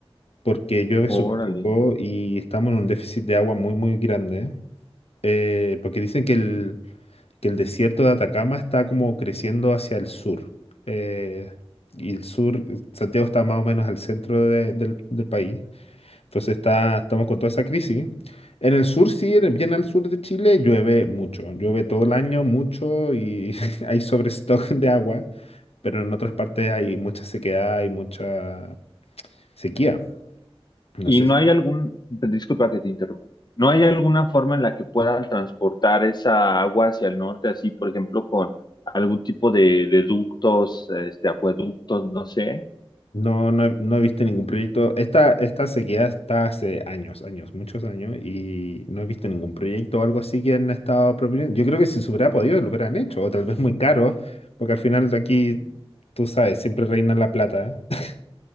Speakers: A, on the left (about 85°); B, on the left (about 45°).
A: porque llueve
B: Órale.
A: súper poco y estamos en un déficit de agua muy, muy grande. Eh, porque dicen que el, que el desierto de Atacama está como creciendo hacia el sur. eh, y el sur, eh, Santiago está más o menos al centro de- del, del país. Entonces está, estamos con toda esa crisis. En el sur, sí, en el- bien al sur de Chile, llueve mucho. Llueve todo el año mucho y <laughs> hay sobrestock de agua. Pero en otras partes hay mucha sequedad y mucha sequía. No
B: Y
A: sé.
B: no
A: si
B: hay algún, disculpa que te interrumpa, ¿no hay alguna forma en la que puedan transportar esa agua hacia el norte, así, por ejemplo, con algún tipo de, de ductos, este, acueductos, no sé?
A: No, no, he no he visto ningún proyecto. Esta, esta sequía está hace años, años, muchos años, y no he visto ningún proyecto o algo así que han estado proponiendo. Yo creo que si se hubiera podido, lo hubieran hecho, o tal vez muy caro, porque al final de aquí, tú sabes, siempre reina la plata. <laughs>